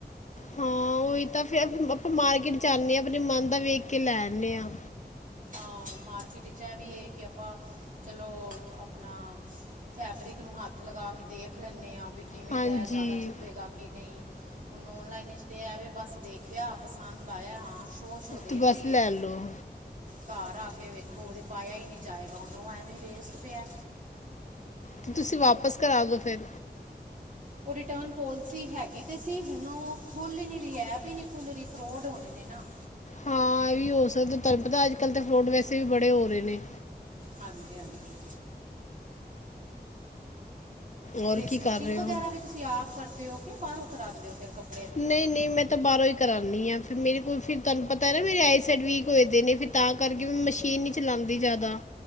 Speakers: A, on the left; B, on the right.
A: ਹਾਂ ਉਹੀ ਤਾਂ ਫਿਰ ਆਪਾਂ ਮਾਰਕੀਟ ਜਾਂਦੇ ਆ, ਆਪਣੇ ਮਨ ਦਾ ਵੇਖ ਕੇ ਲੈ ਆਣੇ ਆਂ।
B: ਹਾਂ ਮਾਰਕੀਟ ਵਿੱਚ ਏਹ ਵੀ ਏ ਕਿ ਆਪਾਂ ਚਲੋ ਆਪਣਾ ਫੈਬਰਿਕ ਨੂੰ ਹੱਥ ਲਗਾ ਕੇ ਦੇਖ ਲੈਂਨੇ ਆ ਵੀ ਕਿਵੇਂ
A: ਹਾਂਜੀ
B: ਦਾ ਜਾਦਾ ਚੁੱਭੇਗਾ ਕਿ ਨਈ। ਹੁਣ ਔਨਲਾਈਨ ਵਿੱਚ ਤਾਂ ਐ-ਵੇ ਬਸ ਦੇਖਿਆ ਪਸੰਦ ਆਇਆ, ਹਾਂ ਸ਼ੋਅ-ਸ਼ੋਅ ਦੇਖ
A: ਤੇ ਬਸ
B: ਲਈ
A: ਲੈ
B: ਏ।
A: ਲਓ
B: ਘਰ ਆ ਕੇ ਵੇਖੋ ਓਹ ਤੇ ਪਾਇਆ ਈ ਨਈ ਜਾਏਗਾ, ਹੁਨ ਐਵੇ ਹੀ ਵੇਸਟ ਪੇਆ।
A: ਤੇ ਤੁਸੀਂ ਵਾਪਸ ਕਰਾ ਦੋ ਫੇਰ
B: ਓਹ ਰਿਟਰਨ ਪੋਲਿਸੀ ਹੈਗੀ ਤੇ ਸੀ, ਹੁਣ ਓਹ ਖੁੱਲ ਈ ਨਹੀਂ ਰਹੀ, ਐਪ ਹੀ ਨਹੀਂ ਖੁੱਲ ਰਹੀ ਫਰੋਡ ਹੋਣੇ ਨੇ ਨਾ।
A: ਹਾਂ ਏ ਵੀ ਹੋ ਸਕਦਾ, ਤੁਹਾਨੂੰ ਪਤਾ ਅੱਜ -ਕੱਲ੍ਹ ਤਾਂ ਫਰੋਡ ਵੈਸੇ ਵੀ ਬੜੇ ਹੋ ਰਹੇ ਨੇ।
B: ਹਾਂਜੀ-ਹਾਂਜੀ।
A: ਔਰ
B: ਤੇ ਸਟਿਚਿੰਗ
A: ਕੀ ਕਰ ਰਹੇ
B: ਵਗੈਰਾ
A: ਹੋ
B: ਵੀ ਤੁਸੀਂ ਆਪ ਕਰਦੇ ਹੋ ਕੇ ਬਾਹਰੋਂ ਕਰਾਦੇ ਹੋ ਫਿਰ ਕਪੜ
A: ਨਈ-ਨਈ ਮੈਂ ਤਾ ਬਾਰੋਂ ਈ ਕਰਾਨੀ ਆ, ਫਿਰ ਮੇਰੇ ਕੋਲ ਫਿਰ ਤੁਹਨੂੰ ਪਤਾ ਨਾ ਮੇਰੀ ਆਈ ਸੇਡ ਵੀਕ ਹੋਏ ਦਏ ਨੇ ਫਿ ਤਾਂ ਕਰਕੇ ਵੀ ਮਸ਼ੀਨ ਨੀ ਚਲਾਂਦੀ ਜਾਦਾ।